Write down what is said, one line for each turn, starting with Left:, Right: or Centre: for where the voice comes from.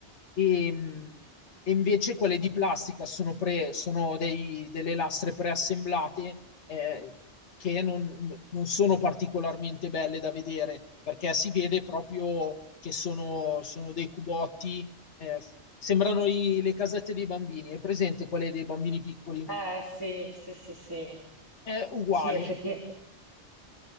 Left: E, mh, e invece quelle di plastica sono, pre, sono dei, delle lastre preassemblate eh, che non, non sono particolarmente belle da vedere perché si vede proprio che sono, sono dei cubotti, eh, sembrano i- le casette dei bambini. È presente quelle dei bambini piccoli?
Right: Eh sì, sì, sì, sì.
Left: è uguale
Right: Sì, effetti.